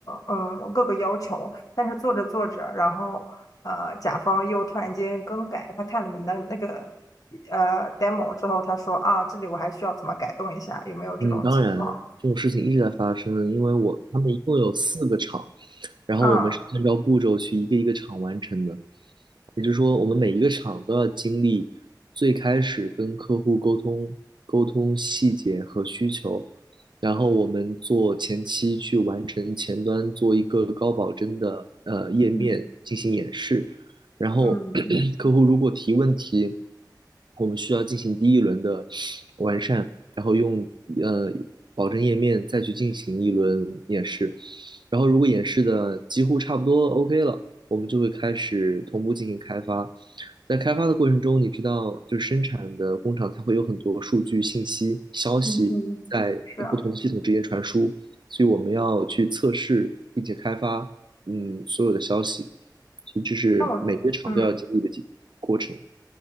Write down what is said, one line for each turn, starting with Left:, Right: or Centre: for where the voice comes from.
Left: 嗯，各个要求，但是做着做着，然后，呃，甲方又突然间更改，他看了你们的那个，呃，demo 之后，他说啊，这里我还需要怎么改动一下，有没有这种情况？
Right: 嗯，当然这种事情一直在发生，因为我他们一共有四个厂。然后我们是按照步骤去一个一个厂完成的。
Left: 嗯
Right: 也就是说，我们每一个厂都要经历最开始跟客户沟通、沟通细节和需求，然后我们做前期去完成前端做一个高保真的呃页面进行演示，
Left: 嗯
Right: 然后
Left: 嗯
Right: <clears throat> <coughs> 客户如果提问题，我们需要进行第一轮的完善，然后用呃保证页面再去进行一轮演示，然后如果演示的几乎差不多 OK 了。我们就会开始同步进行开发。在开发的过程中，你知道，就是生产的工厂，它会有很多数据、信息、消息在不同的系统之间传输，
Left: 嗯嗯，是啊，
Right: 所以我们要去测试并且开发，嗯，所有的消息，所以这是每个厂都要经历的几过程。
Left: 那我，嗯。